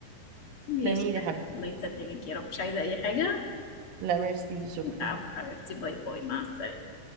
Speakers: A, on the left; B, on the right.
A: ماشي
B: تسلميلي يا حبيبتي
A: الله يسلمك يا رب مش عايزه اي حاجه
B: لا ميرسي شكرا
A: عفوا حبيبتي باي باي مع السلامه